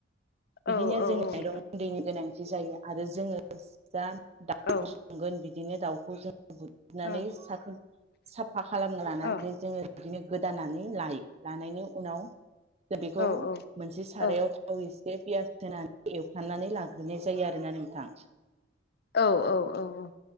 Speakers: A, on the right; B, on the left.
A: बिदिनो
B: औ
A: जोङो
B: औ नोंथां
A: दैनि गोनांथि जायो आरो जोङो जा दाउखौ
B: औ औ
A: सगोन बिदिनो दाउखौ जों बुदनानै
B: औ
A: सा-साफा खालामना लानानै
B: औ
A: जोङो बिदिनो गोदानानै लायो लानायनि उनाव जों बेखौ
B: औ औ
A: मोनसे सारायाव
B: औ
A: थाव एसे पियास होनानै एवफनानै लाग्रोनाय जायो आरोना नोंथां
B: औ औ औ औ